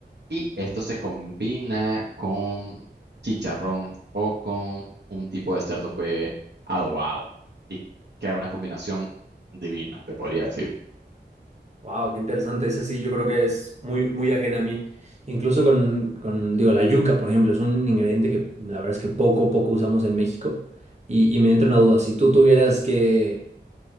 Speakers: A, on the right; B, on the right.
A: y esto se combina con chicharrón o con un tipo de cerdo pues adobado y queda una combinación divina, te podría decir.
B: Wow, qué interesante. Eso sí, yo creo que es muy, muy ajena a mí. Incluso con, con, digo, la yuca, por ejemplo, es un ingrediente que la verdad es que poco, poco usamos en México. Y, y me entra una duda. Si tú tuvieras que